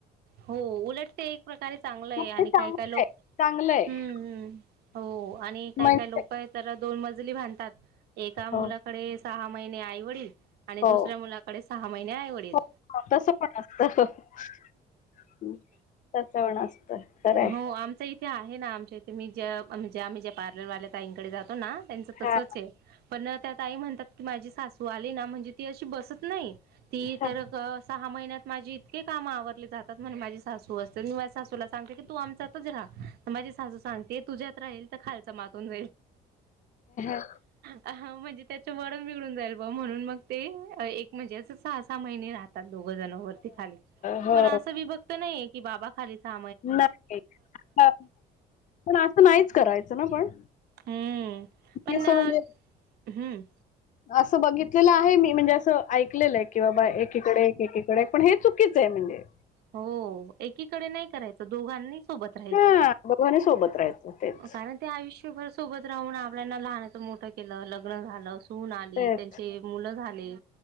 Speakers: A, on the right (about 70°); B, on the left (about 50°).
A: हो उलट ते एक प्रकारे चांगलंय.
B: मग
A: आणि
B: ते चांगलं
A: काही काही लोक
B: आहे चांगलं आहे
A: हम्म! हो. आणि काही-
B: म्हणजे
A: काही लोक आहेत तर, दोन मजली बांधतात. एका मुलाकडे
B: हो
A: सहा महिने आई-वडील, आणि
B: हो
A: दुसऱ्या मुलाकडे सहा महिने आई-वडील.
B: <unintelligible> खरंय
A: हो, आमचं इथे आहे, ना? आमच्या इथे मी ज्या ज्या आम्ही ज्या, पार्लरवाल्या ताईंकडे जातो ना, त्यांचं तसंच
B: हा
A: आहे, पण त्या ताई म्हणतात माझी सासू आली ना म्हणजे, ती अशी बस नाही ती,
B: हा
A: तर <unintelligible> सहा महिन्यात माझे इतके काम आवरली जातात माझ्या सासूला <unintelligible> तु आमच्यातच रहा माझी सासू सांगते. तुझ्यात राहिल. खालचं मागून <unintelligible> <unintelligible>
B: हो
A: म्हणजे त्याच्या वरुन <unintelligible> म्हणून म ते एक म्हणजे असं सहा, सहा <unintelligible> राहतात. दोघजण वरती, झाली,
B: हो
A: पण असं विभक्त नाहीये, कि बाबा खाली <unintelligible>
B: नाही पण असं नाहीच करायचं ना पण
A: हम्म. पण
B: असं म्हणजे
A: हम्म
B: असं बघितलेलं आहे मी, म्हणजे असं ऐकलेलं आहे, की बाबा एकीकडे, एक, एकीकडे. <unintelligible> हे चुकिच आहे म्हणजे
A: हो, एकीकडे नाही करायचं. दोघांनीच सोबत राहायच
B: हा दोघांनी सोबत राहायचं तेच
A: <inaudible> कारण ते आयुष्यभर सोबत राहून आपल्याला लहानाच मोठ केलं, लग्न झालं, सून आली,
B: तेच
A: त्यांचे मुलं झाले.